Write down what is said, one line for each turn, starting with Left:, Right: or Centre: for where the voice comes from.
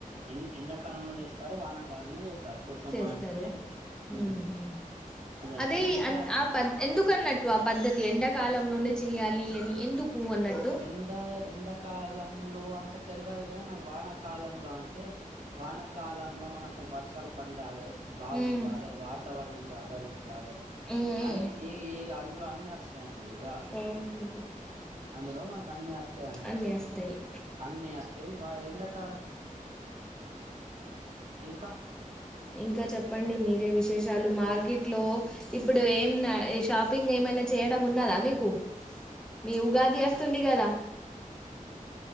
Right: ఎం ఎండాకాలంలో చేస్తారు, వానకాలంలో చేస్తారు. పోచమ్మ
Centre: చేస్తారు
Right: అంటే
Centre: హు
Right: ఉమ్
Centre: హ్మ్ అదే
Right: అండి ఇంకా
Centre: ఆద్ ఎందుకున్నట్టు ఆ పద్ధతి ఎండాకాలం. లోనే చేయాలి అని ఎందుకు అన్నట్టు
Right: ఎ ఎండ ఎండకాలం లో అంటే తెలియదు కాని నాకు వానాకాలంలో అంటే వానాకాలంలో మనకు వర్షాలు పండాలి బాగుండాలి
Centre: ఉమ్
Right: వాత వాతావరణం సహకరించాలి
Centre: ఉమ్
Right: అన్ని ఈ అందులో అన్ని వస్తాయండి ఇక
Centre: ఓహో
Right: అందులో మనకు అన్ని వస్తా అన్నట్టు
Centre: అన్నీ వస్తాయి
Right: అన్ని వస్తాయి వా ఎండకాల ఇంకా
Centre: ఇంకా చెప్పండి మీరు అంటే విశేషాలు మార్కెట్ లో ఇప్పుడు ఏం షాపింగ్ ఏమైనా చేయడం ఉన్నదా మీకు మీ ఉగాది వస్తుంది కదా